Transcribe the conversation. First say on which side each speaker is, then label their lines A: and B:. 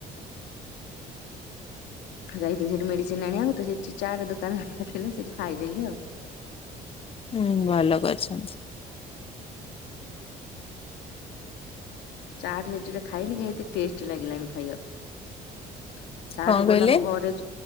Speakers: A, on the left; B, on the left.
A: ଯାଇଥିଲି ସେଠି ମେଡିସିନ ଆଣିବାକୁ ତ ସେଠି ଚାଟ ଦୋକାନ ଥିଲା ସେଇଠି ଖାଇଦେଲି ଆଉ
B: ହୁଁ ଭଲ କହିଛନ୍ତି
A: ଚାଟ ସେଥିରେ ଖାଇଲି କାଇ ଏତେ ଟେଷ୍ଟ ଲାଗିଲାନି ଖାଇବାକୁ ତାଠୁ
B: କଣ କହିଲେ
A: ଭଲ ଆମ ଘରେ